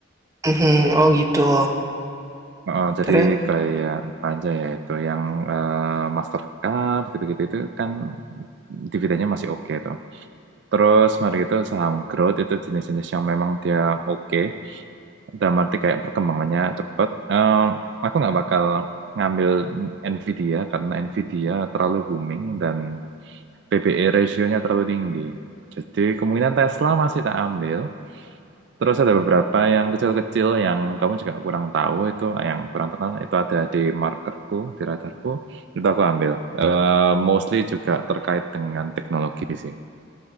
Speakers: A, on the right; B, on the right.
A: Mhm, oh gitu.
B: Oh, jadi
A: terus
B: kayak apa aja ya itu yang eh, Mastercard gitu-gitu itu kan dividennya masih oke tuh. Terus mari itu saham growth itu jenis-jenis yang memang dia oke. Dalam arti kayak perkembangannya cepat. Em, aku nggak bakal ngambil Nvidia karena Nvidia terlalu booming dan PBE rasionya terlalu tinggi. Jadi kemungkinan Tesla masih tak ambil. Terus ada beberapa yang kecil-kecil yang kamu juga kurang tahu itu, yang kurang terkenal itu ada di markerku, di radarku, itu aku ambil. Eh, mostly juga terkait dengan teknologi sih,